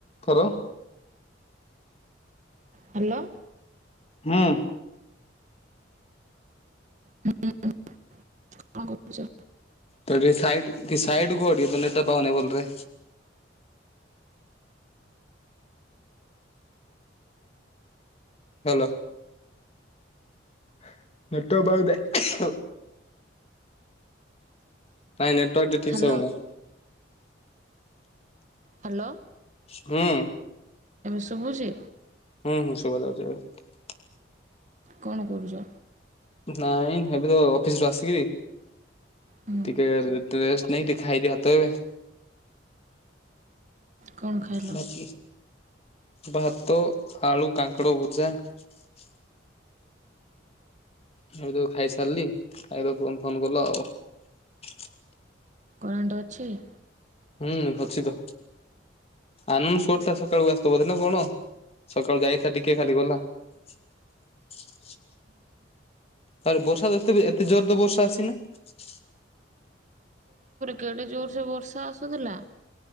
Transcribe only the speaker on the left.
ଥର
ହୁଁ
ତାଇ କି ସାଇଡକୁ ସାଇଡି କୁହ ଟିକେ କନେକ୍ଟ ଟା ପାଉନି ବୋଲରେ ହ୍ୟାଲୋ ନେଟ ୱର୍କ ପାଉନି ନାଇଁ ନେଟୱାର୍କ ଟେ ଠିକ
ସେ ହବନା
ହୁଁ
ହୁଁ ହୁଁ ଶୁଭାଯାଉଛି ଏବେ
ନାଇଁ ଏବେ ତ ଅଫିସ ରୁ ଆସିକିରି
ଟିକେ ଟ୍ରେ ରେଷ୍ଟ ନେଇ ଟିକେ ଖାଇଦିଏ ଭାତ ଏବେ।
ଭାତ
ଭାତ ଆଳୁ କାଙ୍କଡ଼ ଭଜା । ଏବେ ତ ଖାଇସାରିଲି ଖାଇର ତମେ ଫୋନ କଲ ଆଉ ।
ହୁଁ ଅଛି ତ ଆନନ୍ଦ ଫୋର୍ ଟା ସକାଳୁ ଆଶୁଥିବ ବୋଧେ ନା କଣ। ସକାଳୁ ଯାଇଥିଲା ଟିକେ ଖାଲି ଗଲା । ତାପରେ ବର୍ଷାତ ଏତେ ବି ଏତେ ଜୋର ତ ବର୍ଷା ଆସିନି ।